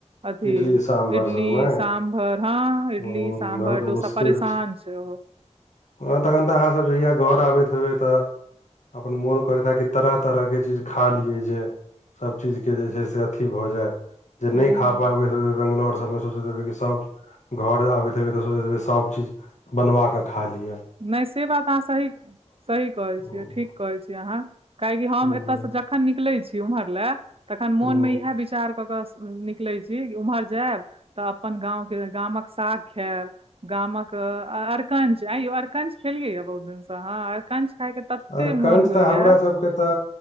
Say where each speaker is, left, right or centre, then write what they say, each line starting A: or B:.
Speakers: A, on the right (about 50°); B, on the left (about 75°).
A: अथी
B: इडली साम्भर
A: इटली
B: सब ने
A: सामभर हँ इडली
B: हूँ
A: साभर
B: बहुत
A: डोसा
B: मुश्किल
A: परेशान छै ओहो
B: हँ तखन तऽ अहाँसभ जहिया घर आबैत हेबै तऽ अपन मोन करैत हा कि तरह तरह के चीज खा लियै जे सभ चीजकेँ जे छै से अथी भऽ जाय जे
A: हूँ
B: नहि खा पाबै बेैंगलोर सबमे सोचित हेबै कि सभ घर आबैत हेबे तऽ सोच हेे सब चीज <inaudible> बनवा कें खा लिय
A: नहि से बात अहाँ सही <inaudible> सही कहैत
B: हूँ
A: छियै ठीक कहै छियै अहाँ काहेकि हम
B: हूँ
A: एतय सँ जखन निकलैत छी उम्हर लए तखन मोनमे
B: हूँ
A: इ एह विचार कऽ कऽ निकलैत छी ओम्हर जायब तऽ अपन गाँव केँ गामक साग खायब। गामक अरकंच आयो अरकंच खेलिये यऽ बहुत दिन सँ अहाँ अरकंच। खायके तते
B: अरकंच
A: मोन होइया
B: तऽ हमरा सबके तऽ